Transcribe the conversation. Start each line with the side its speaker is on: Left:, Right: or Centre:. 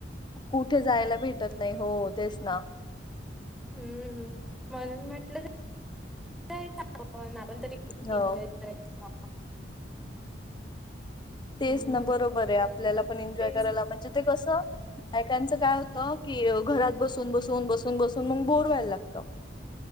Left: कुठे जायला भेटत नाही हो तेच ना.
Centre: हम्म म्हणून म्हटलं <inaudible> आपण तरी कूठे
Left: हो
Centre: ईनजोय करतो. <unintelligible>
Left: तेच
Centre: हम्म
Left: ना बरोबर आहे आपल्याला पण एन्जॉय
Centre: तेच
Left: करायला म्हणजे ते कसं बायकांचं काय होतं की घरात बसून बसून बसून बसून मग बोर व्हायला लागतं.